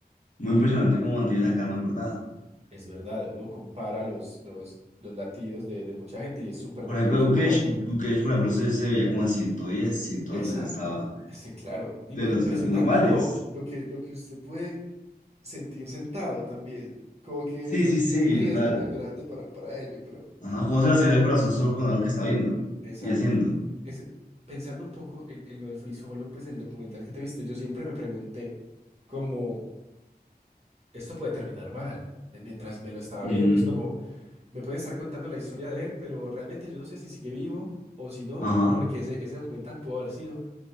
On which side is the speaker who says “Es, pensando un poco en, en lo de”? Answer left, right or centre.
Right